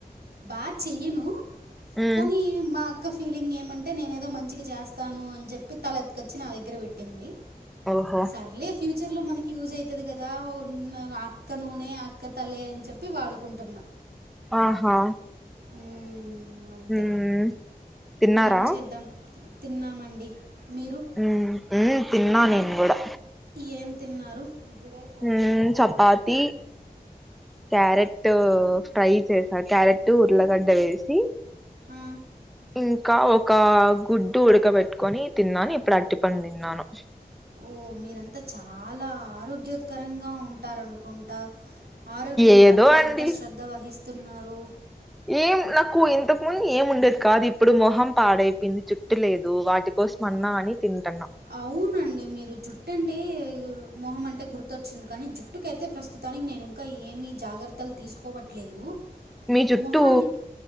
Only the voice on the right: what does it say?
బాగా చెయ్యను
కానీ మా ఒక ఫీలింగ్ ఏమంటే నేను ఏదో మంచిగా చేస్తాను అని చెప్పి, తలెత్తుకొచ్చి నా దగ్గర పెట్టింది.
సర్లే ఫ్యూచర్ లో మనకి యూజ్ అయితది కదా, ఉన్న అక్క నూనె ఇక్క తలే అని చెప్పి వాడుకుంటున్నా,
ఉమ్ అంతే,
ఏం చేద్దాం తిన్నామండి మీరు
ఏం తిన్నారు? ఫోన్
గుడ వచ్చింది
అంతే
ఆ.
ఓ మీరంతా చాలా ఆరోగ్ గ్యోకరంగా ఉంటారనుకుంటా, ఆరోగ్యం
పట్ల
ఇంత శ్రద్ ద వహిస్తున్నారు.
అవునండి మీరు జుట్టు అంటే మొహం అంటే గుర్తొచ్చింది కానీ జుట్ జుట్టుకైతే ప్రస్తుతానికి నేను ఇంకా ఏమీ జాగ్రత్తలు తీసుకోవట్లేదు.
మొహానికి